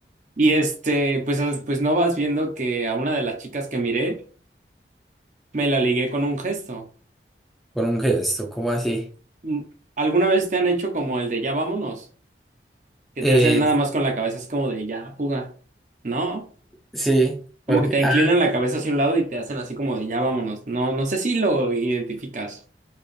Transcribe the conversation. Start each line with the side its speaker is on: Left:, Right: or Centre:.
Right: Y este, pues, as- pues no vas viendo que a una de las chicas que miré me la ligué con un gesto.
Centre: Con un gesto, ¿cómo así?
Right: Mm, ¿Alguna vez te han hecho como el de ya vámonos? Que
Centre: Eh,
Right: te hacen nada más con la cabeza, es como de ya fuga, ¿no?
Centre: sí,
Right: Como
Centre: porque,
Right: que te inclinan
Centre: ah,
Right: la cabeza hacia un lado y te hacen así como de ya vámonos. No, no sé si lo identificas.